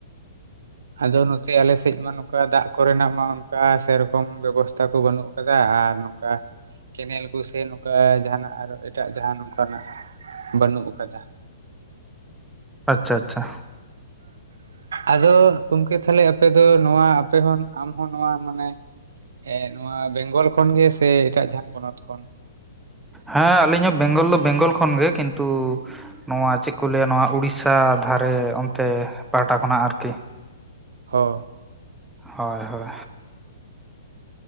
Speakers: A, on the right (about 65°); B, in the centre.
A: ᱟᱫᱚ ᱱᱚᱛᱮ ᱟᱞᱮᱥᱮᱡ ᱢᱟ ᱱᱚᱠᱟ ᱫᱟᱜ ᱠᱚᱨᱮᱱᱟᱜ ᱢᱟ ᱚᱱᱠᱟ ᱥᱮᱨᱚᱠᱚᱢ ᱵᱮᱵᱚᱥᱛᱟ ᱠᱚ ᱵᱟᱹᱱᱩᱜ ᱠᱟᱫᱟ ᱟᱨ ᱠᱟ ᱠᱮᱱᱮᱞ ᱠᱩ ᱥᱮ ᱱᱚᱠᱟ ᱡᱟᱸᱦᱟᱱᱟᱜ ᱟᱨᱚ ᱮᱴᱟᱜ ᱡᱟᱸᱦᱟ ᱱᱚᱝᱠᱟᱱᱟᱜ ᱵᱟᱱᱩᱜ ᱠᱟᱫᱟ᱾
B: ᱟᱪ-ᱪᱷᱟ ᱟᱪᱷᱟ᱾
A: ᱟᱫᱚ᱾ ᱜᱚᱢᱠᱮ ᱛᱟᱦᱞᱮ ᱟᱯᱮ ᱫᱚ ᱱᱚᱣᱟ ᱟᱯᱮ ᱦᱚᱸ ᱟᱢᱦᱚ ᱱᱚᱣᱟ ᱢᱟᱱᱮ ᱮᱸ ᱱᱚᱣᱟ ᱵᱮᱝᱜᱚᱞ ᱠᱷᱚᱱ ᱜᱮ ᱥᱮ ᱮᱴᱟᱜ ᱡᱟᱸᱦᱟᱱ ᱯᱚᱱᱚᱛ ᱠᱷᱚᱱ?
B: ᱦᱮᱸ ᱟᱞᱤᱧ ᱦᱚᱸ ᱵᱮᱝᱜᱚᱞ ᱫᱚ ᱵᱮᱝᱜᱚᱞ ᱠᱷᱚᱱᱜᱮ ᱠᱤᱱᱛᱩ ᱱᱚᱣᱟ ᱪᱮᱜ ᱠᱚ ᱞᱟᱹᱭᱟ ᱱᱚᱣᱟ ᱩᱲᱤᱥᱥᱟ ᱫᱷᱟᱨᱮ ᱚᱱᱛᱮ ᱯᱟᱦᱴᱟ ᱠᱷᱚᱱᱟᱜ ᱟᱨᱠᱤ ᱾
A: ᱦᱚᱸ᱾
B: ᱦᱚᱭ ᱦᱳᱭ᱾